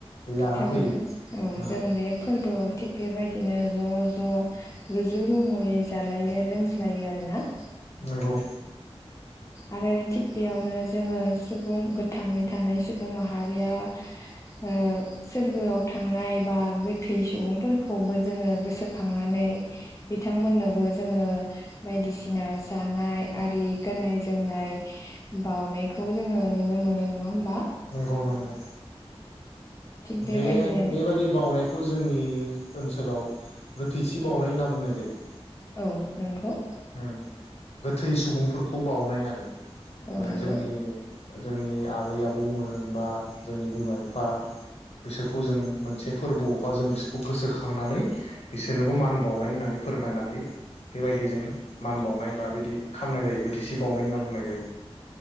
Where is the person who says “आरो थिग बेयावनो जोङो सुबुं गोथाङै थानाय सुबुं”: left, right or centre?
Left